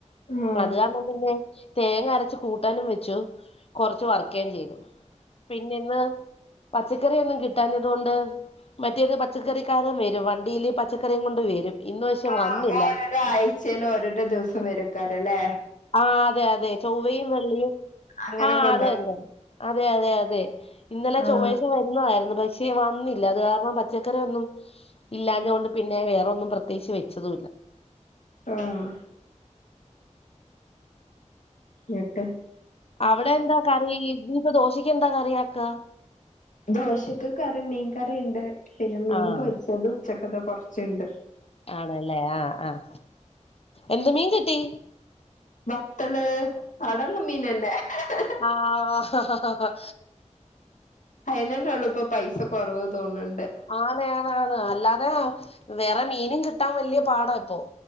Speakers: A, on the left; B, on the left.
A: ആ
B: അത് കാരണം പിന്നെ തേങ്ങ അരച്ച് കൂട്ടാനും വെച്ചു കൊറച്ച് വർക്കുകയും ചെയ്തു. പിന്നെ ഇന്ന് പച്ചക്കറിയൊന്നും കിട്ടാത്തതുകൊണ്ട്. മറ്റേത് പച്ചക്കറിക്കാരന് വരും വണ്ടിയില് പച്ചക്കറിയും കൊണ്ട് വരും. ഇന്ന് പക്ഷെ
A: ആ
B: വന്നില്ല
A: ഓരോരാ ആഴ്ചൽ ഓരോരോ ദിവസം വരക്കാരല്ലേ.
B: ആഹ് അതെ അതെ ചൊവ്വയും വെള്ളിയും.
A: അങ്ങനൊക്കെ
B: ആഹ്
A: ഉണ്ടാവും
B: അതന്നേ അതെ അതെ അതെ ഇന്നലെ
A: ആ
B: ചൊവ്വാഴ്ച വരുന്നതായിരുന്നു പക്ഷേ. പക്ഷേ വന്നില്ല അത് കാരണം പച്ചക്കറിയൊന്നും ഇല്ലാഞ്ഞ കൊണ്ട് പിന്നെ വേറെൊന്നും പ്രത്യേകിച്ച് വെച്ചതുല്ല.
A: ആഹ്. എട്ട്.
B: അവിടെ എന്താ കറി ഇപ്പ ദോഷിക്ക് എന്താ കറിയാക്ക.
A: ദോശക്ക് കറി മീൻ കറിണ്ട് പിന്നെ മീൻ
B: ആഹ്
A: പൊരിച്ചത് ഉച്ചക്കത കൊറേച്ചുണ്ട്.
B: ആണല്ലേ ആഹ് ആഹ എന്ത് മീൻ കിട്ടി
A: വത്തള് അടെള്ള മീനന്നെ ഹേ ഹേ
B: ആഹ ഹ ഹ
A: അയിനന്നെ ഉള്ളൂ ഇപ്പൊ പൈസ കുറവ് തോന്നുണ്ട്
B: ആണ് ആണ് ആണ് അല്ലാതെ വേറെ മീനും കിട്ടാൻ വലിയ പാടാ ഇപ്പൊ